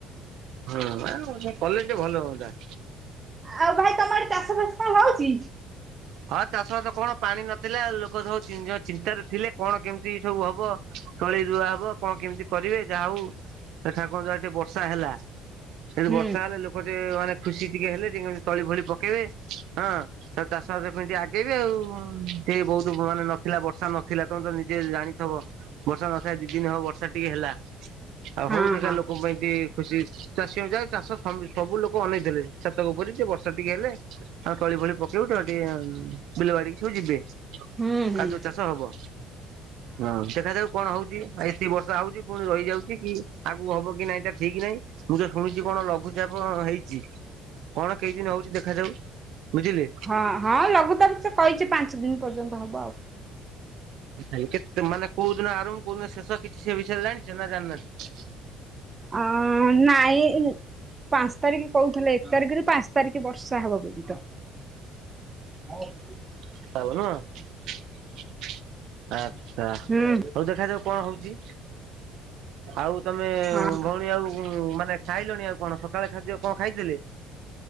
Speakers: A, on the right; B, on the right.
A: ହଁ ଆଁ କଲେ ଟିକେ ଭଲ ହୁଅନ୍ତା?
B: ଆଉ ଭାଇ ତମ ଆଡେ ଚାଷ ବାସ କଣ ହଉଛି?
A: ହଁ ଚାଷବାସ କଣ ପାଣି ନଥିଲା ଲୋକ ସବୁ ଚିନ୍ତାରେ ଥିଲେ କଣ କେମିତି ସବୁ ହବ ତଳି ରୁଆ ହବ କଣ କେମିତି କରିବେ ଯାହା ହଉ ଠାକୁର ଦୟା ରୁ ଟିକେ ବର୍ଷା ହେଲା ସେ ଜୁ
B: ହୁଁ
A: ବର୍ଷା ହେଲେ ଲୋକ ଗେ ମାନେ ଖୁସି ଟିକେ ହେଲେ ଟିକେ ତଳି ଭଳି ପକେଇବେ ହଁ ଚାଷ ପାସ୍ ପାଇଁ ଟିକେ ଆଗେଇବେ ଆଉ ସେ ବହୁତ ମାନେ ନଥିଲା ବର୍ଷା ନଥିଲା ତଣ ତ ନିଜେ ଜାଣିଥବ ବର୍ଷା ନଥାଏ ଦି ଦିନି ହୱ ବର୍ଷା ଟିକେ ହେଲା ଆଉ
B: ହଁ
A: ହଉ ଦେଖା
B: ହଁ
A: ଲୋକଙ୍କ ପାଇଁ କି ଖୁସି ଚାଷୀ ହଉଯାଉ ଚାଷ ସବୁ ସବୁ ଲୋକ ଅନେଇଥିଲେ ଛାତକ ପରି କି ବର୍ଷା ଟିକେ ହେଲେ ଆଉ ତଳି ଫଳି ପକେଇବୁ ତ ଟିକେ ବିଲ ବାଡିକୁ ଯିବେ।
B: ହୁଁ ହୁଁ
A: କାଜୁ ଚାଷ ହବ ହଁ ଦେଖାଯାଉ କଣ ହଉଚି ଏତିକି ବର୍ଷା ହଉଚି ପୁଣି ରହିଯାଉଚଗ କି ଆଗକୁ ହବ କି ନାଇଁ ତା ଠିକ ନାହିଁ। ମୁଁ ତ ଶୁଣିଚି କଣ ଲଘୁଚାପ ହେଇଚି କଣ କେଇ ଦିନି ହଉଚି ଦେଖାଯାଉ। ବୁଝିଲେ
B: ହଁ ହଁ ଲଘୁତାପ କହିଚି ପାଞ୍ଚ ଦିନି ପର୍ଯ୍ୟନ୍ତ ହବ ଆଉ।
A: ଆଇଁ କେତ ମାନେ କୋଉ ଦିନ ଆରମ୍ଭ କୋଉ ଦିନ ଶେଷ କିଛି ସେ ବିଷୟରେ ଜାଣିଛ ନା ଜାଣିନି ନାହାଁନ୍ତି?
B: ଅ ନାଇଁ ପାଞ୍ଚ ତାରିଖ କହୁଥିଲେ ଏକ ତାରିଖରୁ ପାଞ୍ଚ ତାରିଖ ବର୍ଷା ହବ ବେଲି ଦ। <inaudible>
A: <unintelligible> ଆଚ୍ଛା ହଉ
B: ହୁଁ
A: ଦେଖାଯାଉ କଣ ହଉଚି। ଆଉ ତମେ
B: ହଁ
A: ଭଉଣୀ ଆଉ ମାନେ ଖାଇଲଣି ଆଉ କଣ ସକାଳେ ଖାଦ୍ୟ କଁ ଖାଇଥିଲେ?